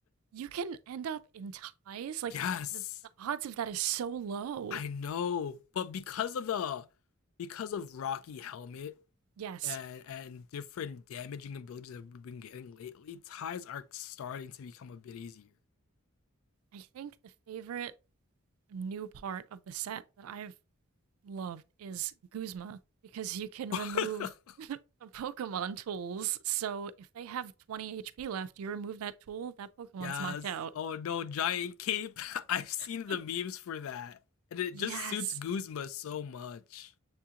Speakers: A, on the right; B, on the left.
A: you can end up in ties. Like,
B: <laughs> yes,
A: the, the odds of that is so low.
B: I know, but because of the because of Rocky Helmet
A: Yes.
B: and and different damaging abilities that we've been getting lately, ties are starting to become a bit easier.
A: I think the favorite new part of the set that I've loved is Guzma because you can
B: <laughs>
A: remove <laughs> the Pokemon tools. So if they have 20 HP left, you remove that tool, that Pokemon's
B: yes.
A: knocked out.
B: Oh no, giant cape. <laughs> I've seen
A: <laughs>
B: the memes for that. And it
A: Yes.
B: just suits Guzma so much.